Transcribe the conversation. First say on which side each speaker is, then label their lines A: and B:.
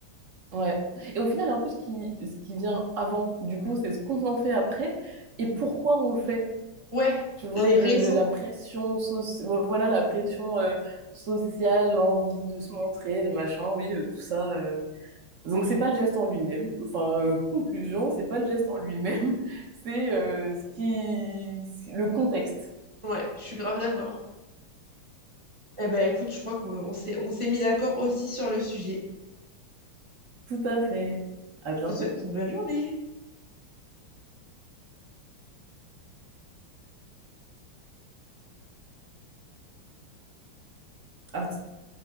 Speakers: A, on the right; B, on the right.
A: Ouais. Et au final, un peu ce qui, ce qui vient avant, du coup, c'est ce qu'on en fait après et pourquoi on le fait.
B: Ouais,
A: tu vois,
B: les
A: de,
B: raisons.
A: de la pression soci- ouais, voilà, la pression euh, sociale, l'envie de se montrer, le machin, oui, euh, tout ça. euh. Donc c'est pas le geste en lui-même. Enfin, euh, conclusion, c'est pas le geste en lui-même, <laughs> c'est euh, ce qui, le contexte.
B: Ouais, je suis grave d'accord. Eh ben écoute, je crois qu'on on s'est on s'est mis d'accord aussi sur le sujet.
A: Tout à fait. À
B: Je
A: bientôt.
B: te souhaite une bonne journée.
A: À